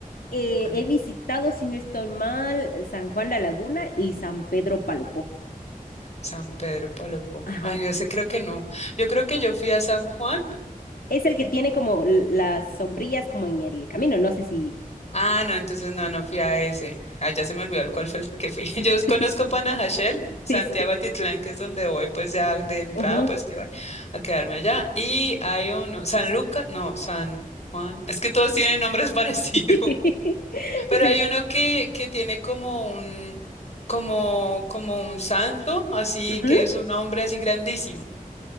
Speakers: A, on the left; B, on the left.
A: Eh,
B: ¿Cuál
A: he visitado, si no estoy mal, San Juan La Laguna y San Pedro Palopó.
B: San Pedro, Palopó.
A: Ajá.
B: Ay, yo sé, creo que no. Yo creo que yo fui a San Juan.
A: Es el que tiene como l- las sombrillas como en el camino, no sé si...
B: Ah, no, entonces no, no fui a ese. Ah, ya se me olvidó el cuál fue el que fui. <laughs> Yo conozco
A: <laughs>
B: Panajachel, Santiago
A: Sí, sí.
B: Atitlán, que es donde voy, pues ya de entrada,
A: Ujú.
B: pues que voy a quedarme allá. Y hay uno, San Lucas, no, San Juan. Es que todos tienen nombres <laughs> parecidos.
A: <laughs>
B: Pero
A: Sí.
B: hay uno que, que tiene como un, como, como un santo, así
A: Ujú.
B: que es un hombre así grandísimo.